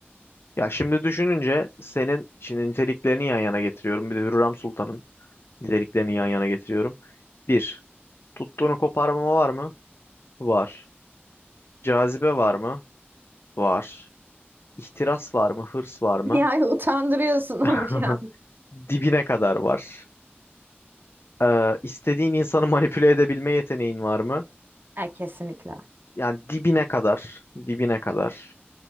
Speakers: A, on the left (about 65°); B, on the right (about 55°).
A: Ya şimdi düşününce senin şimdi niteliklerini yan yana getiriyorum. Bir de Hürrem Sultan'ın niteliklerini yan yana getiriyorum. Bir, tuttuğunu koparmama var mı? Var. Cazibe var mı? Var. İhtiras var mı? Hırs var mı?
B: Yani utandırıyorsun
A: <laughs>
B: ama şu an.
A: Dibine kadar var. Ee, istediğin insanı manipüle edebilme yeteneğin var mı?
B: E, kesinlikle.
A: Yani dibine kadar. Dibine kadar.